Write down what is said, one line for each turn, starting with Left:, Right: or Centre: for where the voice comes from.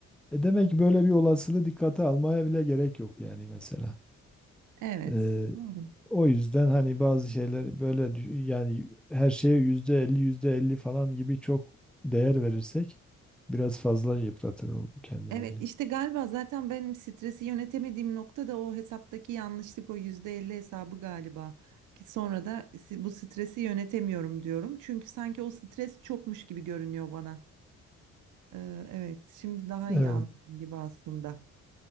Centre: E demek ki böyle bir olasılığı dikkate almaya bile gerek yok yani mesela.
Right: Evet.
Centre: Ee,
Right: Doğru.
Centre: o yüzden hani bazı şeyler böyle dü- yani her şeye yüzde elli yüzde elli falan gibi çok değer verirsek biraz fazla yıpratır o- kendimizi.
Right: Evet işte galiba zaten benim stresi yönetemediğim nokta da o hesaptaki yanlışlık o %50 hesabı galiba. Ki sonra da si- bu stresi yönetemiyorum diyorum. Çünkü sanki o stres çokmuş gibi görünüyor bana. Ee, evet şimdi daha iyi
Centre: Evet.
Right: anladım gibi aslında.